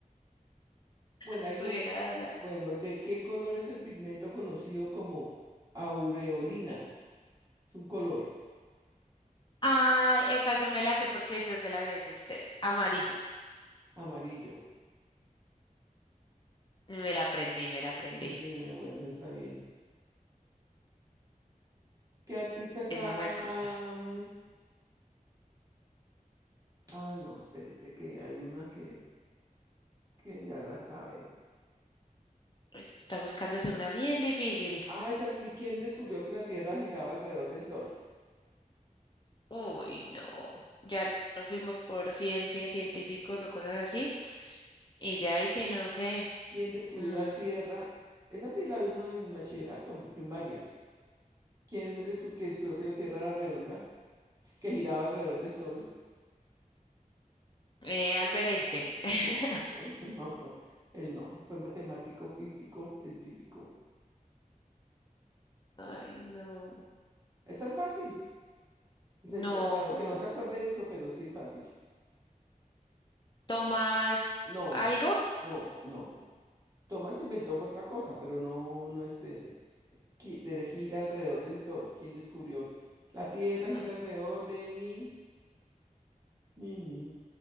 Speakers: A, on the right (about 25°); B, on the left (about 30°).
A: bueno,
B: <laughs>
A: hay
B: hubiera
A: un,
B: dado la...
A: bueno, ¿de qué color es el pigmento conocido como aureolina? Es un color
B: Ah, esa yo me la sé porque yo se la había hecho a usted. Amarillo.
A: amarillo.
B: Me la aprendí, me la aprendí.
A: Eh, bueno, está bien. ¿Qué artista está?
B: Esa me acuerda.
A: mm, Ah, no, espérese que hay una que, que ya la sabe.
B: Está buscándose una bien difícil.
A: Ah, es así, ¿quién descubrió que la Tierra giraba alrededor del Sol?
B: Uy, no. Ya no- nos fuimos por ciencias, científicos o cosas así. Y ya, y si no sé.
A: ¿Quién descubrió
B: mm,
A: la Tierra? Esa sí la vino en bachillerato, en primaria. ¿Quién descu- que descubrió que la Tierra era redonda, que giraba alrededor del Sol?
B: eh, Albert Einstein. <laughs>
A: No, <laughs> no, no, no, no. Él no, fue matemático, físico, científico.
B: Ay, no.
A: Esa es fácil. Esa
B: No.
A: es- eh, bueno, que no se acuerde de eso, pero sí es fácil.
B: ¿Tomas
A: No,
B: algo?
A: no, no. Thomas inventó fue otra cosa, pero no, no es ese. Qui- De gira alrededor del Sol. ¿Quién descubrió? La Tierra
B: No.
A: gira alrededor de ni, ni, ni.